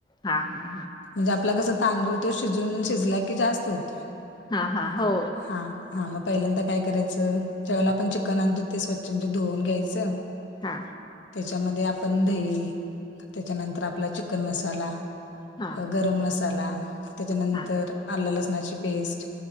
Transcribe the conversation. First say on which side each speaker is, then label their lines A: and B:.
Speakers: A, on the left (about 20°); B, on the left (about 75°).
A: हा हा.
B: म्हणजे आपला कसं तांदूळ ते शिजून, शिजला की जास्त होतोय.
A: हा हा, हो.
B: हा हा मग पहिल्यांदा काय करायचं, ज्यावेळेला आपण चिकन आणतो, ते स्वच्छ म्हणजे धुवून घ्यायचं.
A: हा
B: त्याच्यामध्ये आपण दही, त्याच्यानंतर आपला चिकन मसाला
A: हा
B: अं गरम मसाला, त्याच्यानंतर
A: हा
B: आल्लं- लसणाची पेस्ट